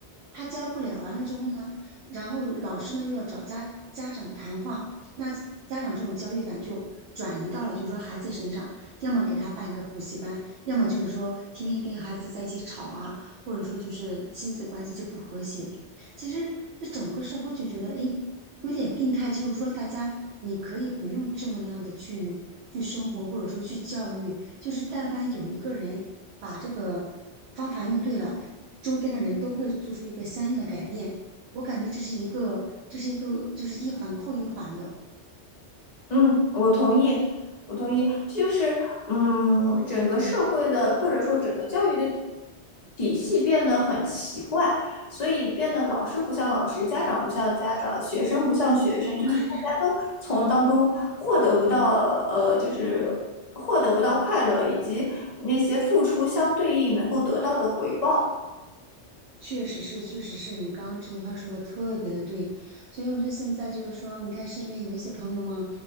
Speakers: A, on the right (about 70°); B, on the left (about 45°).
A: 他教不了，完了之后呢，然后老师呢又要找家家长谈话，那家长这种焦虑感就转移到了就是说孩子身上，要么给他办一个补习班，要么就是说天天跟孩子在一起吵啊，或者说就是亲子关系就不和谐。其实这整个社会就觉得，诶，有点病态，就是说大家你可以不用这么样的去去生活，或者说去教育，就是但凡有一个人把这个方法用对了。周边的人都会做出一个相应的改变。我感觉这是一个，这是一个，就是一环扣一环的。
B: 嗯，我同意，我同意，这就是嗯，整个社会的或者说整个教育的体系变得很奇怪，所以变得老师不像老师，家长不像家长，学生不像学生，就是大家都从当中获得不到呃，
A: 哎呀，
B: 就是获得不到快乐，以及那些付出相对应能够得到的回报。
A: 确实是，确实是你刚刚这句话说的特别的对，所以我觉得现在就是说，你看身边有一些朋友嘛，